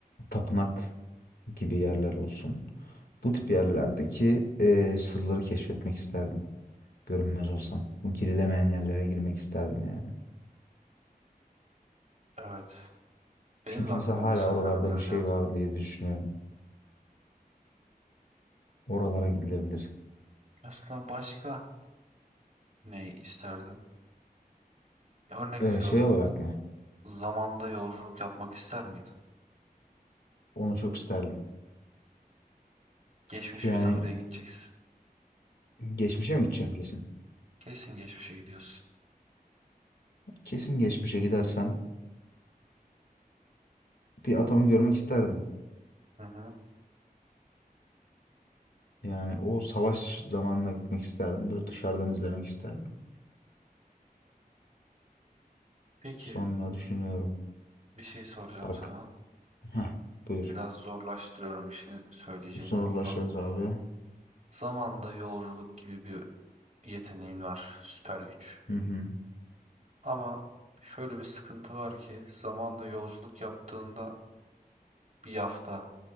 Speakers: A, on the left; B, on the right.
A: tapınak gibi yerler olsun. Bu tip yerlerdeki e, sırları keşfetmek isterdim. Görünmez olsam. Bu girilemeyen yerlere girmek isterdim yani.
B: Evet. Benim
A: Çünkü
B: de aklıma
A: mesela hala
B: Mısır
A: oralarda
B: piramitleri
A: bir şey
B: geldi.
A: var diye düşünüyorum. Oralara gidilebilir.
B: Mesela başka ne isterdin? Ya Örnek
A: Ee,
B: veriyorum.
A: şey olarak mı?
B: Zamanda yolculuk yapmak ister miydin?
A: Onu çok isterdim.
B: Geçmiş
A: Yani
B: bir tarihe gideceksin.
A: geçmişe mi gideceğim kesin?
B: Kesin geçmişe gidiyorsun.
A: Kesin geçmişe gidersem bir atamı görmek isterdim.
B: Hı hı.
A: Yani o savaş zamanına gitmek isterdim. Böyle dışarıdan izlemek isterdim.
B: Peki
A: Sonra düşünüyorum.
B: bir şey soracağım
A: Bak,
B: sana.
A: heh, buyur.
B: Biraz zorlaştırıyorum işini söyleyeceğini
A: Zorlaşır
B: unutma.
A: abi.
B: Zamanda yolculuk gibi bir yeteneğin var. Süper güç.
A: Hı hı.
B: Ama şöyle bir sıkıntı var ki zamanda yolculuk yaptığında bir hafta